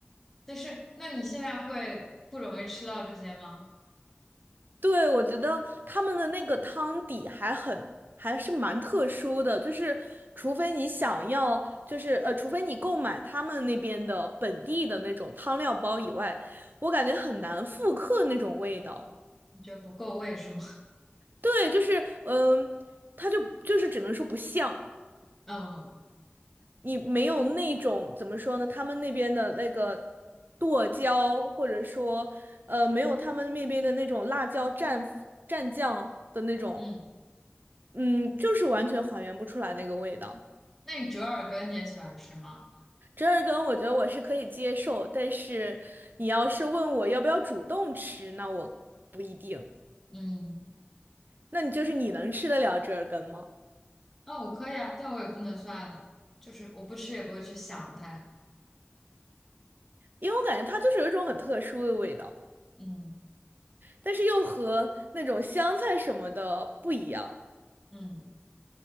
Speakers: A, in the centre; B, on the right (about 55°).
A: 但是那你现在会不容易吃到这些吗？
B: 对，我觉得他们的那个汤底还很，还是蛮特殊的，就是除非你想要，就是呃，除非你购买他们那边的本地的那种汤料包以外，我感觉很难复刻那种味道。
A: 你觉得不够味是吗？
B: 对，就是嗯，它就就是只能说不像，
A: <laughs> 嗯
B: 你没有那种怎么说呢，他们那边的那个剁椒，或者说呃，没有他们那边的那种辣椒蘸蘸酱的那种。
A: 嗯，
B: 嗯，就是完全还原不出来那个味道。
A: 那你折耳根你也喜欢吃吗？
B: 折耳根，我觉得我是可以接受，但是你要是问我要不要主动吃，那我不一定。
A: 嗯，
B: 那你就是你能吃得了折耳根吗？
A: 那我可以啊，但我也不能算，就是我不吃也不会去想它。
B: 因为我感觉它就是有一种很特殊的味道，
A: 嗯
B: 但是又和那种香菜什么的不一样。
A: 嗯